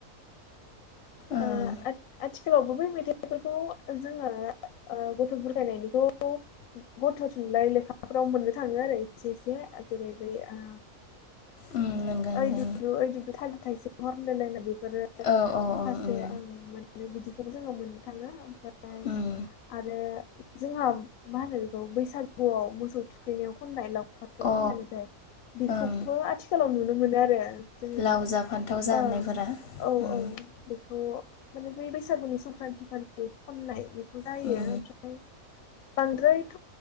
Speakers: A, on the left; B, on the left.
A: ओं
B: ओ आथ-आथि थिखालावबो बै मेथाइफोरखौ जोङो ओ गथ' बुरखायनायनिखौ गथ' थुनलाइ लेखा हाफोराव मोननो थांङो आरो एसे एसे जेरै बै ओ
A: उम नोंगो
B: ओइ
A: नोंगो
B: दुदु ओइ दुदु थालिर थाइसे हर होनलाय लायनाय बि बेफोरो
A: औ औ ओं
B: माखासे
A: उम
B: मोनो बिदिखौबो जोङो मोननो थांङो ओमफ्राय ओमफ्राय
A: उम
B: आरो जोंहा मा होनो बेखौ बैसागुआव मोसौ थुखैनायाव खननाय लावखारफोर
A: अ
B: खननाय मेथायाइ बेखौबो
A: ओं
B: आथिखालाव नुनो मोनो आरो जोङो
A: लाव जा फान्थाव जा
B: ओं
A: होननायफोरा
B: औ
A: उम
B: औ बेखौ माने बै बैसागुनि संक्रान्थि खालि खननाय बेखौ जायो
A: उम
B: ओमफ्राय बांद्रायथ